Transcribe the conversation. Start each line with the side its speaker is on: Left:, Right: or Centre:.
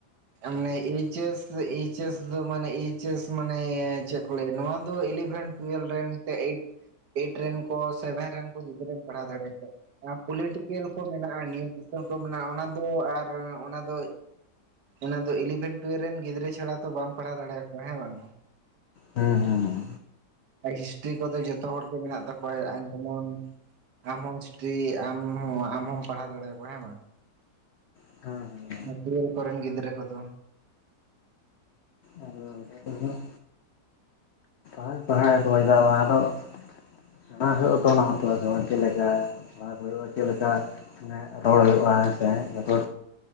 Right: ᱢᱟᱱᱮ ᱮᱭᱪ. ᱮᱥ. ᱮᱭᱪ. ᱮᱥ. ᱫᱚ ᱢᱟᱱᱮ ᱮᱭᱪ. ᱮᱥ. ᱢᱟᱱᱮ ᱱᱚᱣᱟ ᱫᱚ ᱤᱞᱤᱵᱷᱮᱱ ᱴᱩᱭᱮᱞᱵᱷ ᱨᱮᱱ ᱮᱭᱤᱴ ᱮᱭᱤᱴ ᱨᱮᱱ ᱠᱚ ᱥᱮᱵᱷᱮᱱ ᱨᱮᱱ ᱠᱚ ᱜᱤᱫᱽᱨᱟᱹᱢ ᱯᱟᱲᱦᱟᱣ ᱫᱟᱲᱮᱭᱟ ᱠᱚᱣᱟ ᱟᱨ ᱯᱚᱞᱤᱴᱤᱠᱮᱞ ᱠᱚ ᱢᱮᱱᱟᱜᱼᱟ ᱱᱤᱭᱩᱴᱨᱮᱥᱚᱱ ᱠᱚ ᱢᱮᱱᱟᱜᱼᱟ ᱚᱱᱟ ᱫᱚ ᱟᱨ ᱚᱱᱟ ᱫᱚ ᱚᱱᱟ ᱫᱚ ᱤᱞᱮᱵᱷᱮᱱ ᱴᱩᱭᱮᱞᱵᱷ ᱨᱮᱱ ᱜᱤᱫᱽᱨᱟᱹ ᱪᱷᱟᱲᱟ ᱛᱚ ᱵᱟᱢ ᱯᱟᱲᱦᱟᱣ ᱫᱟᱲᱮᱭᱟ ᱠᱚᱣᱟ ᱦᱮᱸ ᱵᱟᱝ?
Left: ᱦᱮᱸ ᱦᱩᱸ ᱦᱩᱸ
Right: ᱟᱨ ᱦᱤᱥᱴᱨᱤ ᱠᱚᱫᱚ ᱡᱚᱛᱚ ᱦᱚᱲᱜᱮ ᱢᱮᱱᱟᱜ ᱛᱟᱠᱚᱣᱟ ᱡᱮᱢᱚᱱ ᱟᱢᱦᱚᱸ ᱦᱤᱥᱴᱨᱤ ᱟᱢ ᱦᱚᱸ ᱟᱢ ᱦᱚᱢ ᱯᱟᱲᱦᱟᱣ ᱫᱟᱲᱮᱭᱟ ᱠᱚᱣᱟ ᱦᱮᱸ ᱵᱟᱝ
Left: <unintelligible>
Right: ᱱᱚᱣᱟ ᱴᱩᱭᱟᱞᱵᱷ ᱠᱚᱨᱮᱱ ᱜᱤᱫᱽᱨᱟᱹ ᱠᱚᱫᱚ
Left: ᱟᱫᱚ ᱚᱱᱠᱟ ᱫᱚ ᱱᱟᱦᱟᱜ ᱦᱟᱜ ᱯᱟᱲᱦᱟᱣᱮᱫ ᱠᱚᱣᱟᱜ ᱫᱚ <unintelligible> ᱚᱱᱟ ᱦᱩᱭᱩᱜ ᱛᱚ ᱚᱱᱟ ᱛᱚ ᱟᱫᱚ ᱪᱮᱫ ᱞᱮᱠᱟ ᱯᱟᱲᱦᱟᱣ ᱠᱚ ᱦᱩᱭᱩᱜᱼᱟ ᱪᱮᱫ ᱞᱮᱠᱟ ᱢᱟᱱᱮ ᱨᱚᱲ ᱦᱩᱭᱩᱜᱼᱟ ᱦᱮᱸ ᱥᱮ <unintelligible> ᱠᱚ